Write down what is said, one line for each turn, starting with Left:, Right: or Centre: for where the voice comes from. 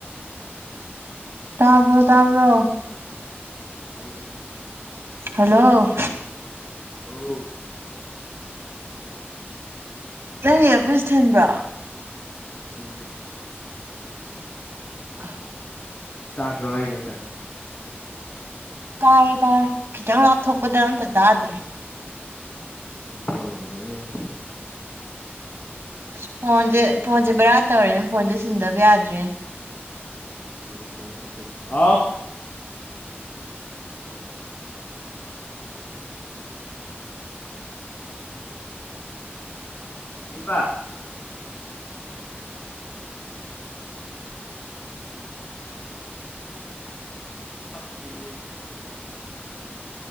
Right: ꯇꯕ꯭ꯔꯣ ꯇꯥꯕ꯭ꯔꯣ
Left: ꯇꯥꯏꯌꯦ
Right: ꯍꯜꯂꯣ
Left: ꯑꯣ
Right: ꯅꯪ ꯑꯦꯌꯔꯄꯤꯁ ꯊꯤꯟꯕ꯭ꯔꯣ
Left: ꯊꯤꯟꯗꯦ
Right: <unintelligible>
Left: ꯇꯥꯗ꯭ꯔꯣ ꯍꯥꯏꯁꯦ ꯑꯝꯇ <inaudible>
Right: ꯇꯥꯔꯦ ꯇꯥꯔꯦ ꯈꯤꯇꯪ ꯂꯥꯞꯊꯣꯛꯄꯗ ꯑꯝꯇ ꯇꯥꯗ꯭ꯔꯦ
Left: ꯅꯪ ꯐꯣꯟꯅ ꯑꯣꯏꯔꯝꯃꯅꯤ ꯑꯗꯨꯗꯤ
Right: ꯑꯁ ꯐꯣꯟꯁꯦ ꯐꯣꯟꯁꯦ ꯕꯦꯔꯥ ꯇꯧꯔꯦꯅ ꯐꯣꯟꯁꯦ ꯁꯤꯟꯗꯕ ꯌꯥꯗ꯭ꯔꯦ
Left: <unintelligible> ꯍꯥꯎ <unintelligible> ꯀꯩꯕ ꯁꯛ ꯁꯤꯗꯤ